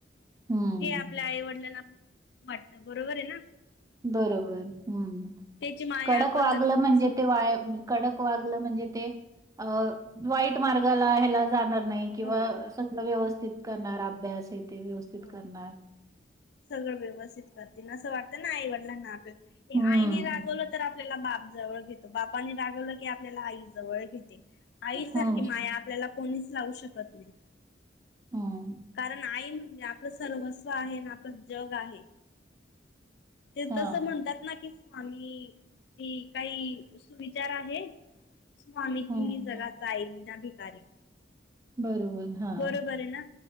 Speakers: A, on the right (about 20°); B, on the left (about 60°).
A: हं.
B: हे आपल्या आईवडिलांना वाटतं बरोबर आहे ना
A: बरोबर हम्म
B: त्याची माया
A: कडक
B: आपण
A: वागलं
B: तस
A: म्हणजे ते वा कडक वाग वागलं म्हणजे ते अ वाईट मार्गाला ह्याला जाणार नाही किंवा
B: हो
A: सगळं व्यवस्थित व्यस्थित करणार अभ्यास आहे ते व्यवस्थित
B: हो
A: करणार
B: सगळं व्यवस्थित करतील ना असं वाटतं ना आईवडिलांना आपल्या की
A: हं,
B: आईनी रागवलं तर आपल्याला माफ जवळ घेतो बापानी रागवलं की आपल्याला आई जवळ घेते. आईसारखी
A: हं,
B: माया आपल्याला कोणीच लावू शकत नाही.
A: हं.
B: कारण आई म्हणजे आपलं सर्वस्व आहे आणि आपलं जग आहे. ते
A: हां,
B: तसं म्हणतात ना की स्वामी ती काही सुविचार आहे. स्वामी
A: हं.
B: तिन्ही जगाचा आई विना भिकारी
A: बरोबर. हां,
B: बरोबर आहे ना